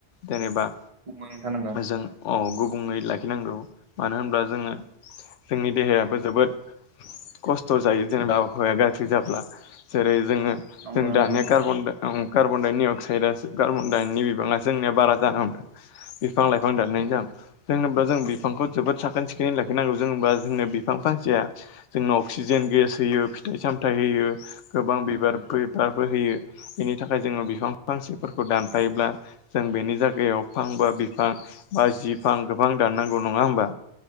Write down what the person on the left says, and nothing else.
जेनेबा
जों औ गुबुंङै लाखिनांगौ मानो होनब्ला जोङो जोंनि देहायाबो जोबोद खस्थ' जायो जेनेबा आबहावाया गाज्रि जाब्ला जेरै जोङो
जों
दानिया
कार्बन कार्बन डाइनि अक्साइड कार्बनडाइनि बिबाङा जोंनि बारा जान हमदों बिफां लाइफां दान जों जोनोबो जों बि बिफांखौ जोबोद साखोन सिखोनै लाखिनांगौ जों होमबा जोंनो बिफां फांसेया जोंनो अक्सिजेन गेस होयो फिथाइ सामथाय होयो गोबां बिबार
फैबार होयो बेनि थाखाय जोङो बिफां फांसेफोरखौ दानफायोब्ला जों बेनि जायगायाव फांबा बिफां बा जिफां गोबां दाननांगौ नङा होमबा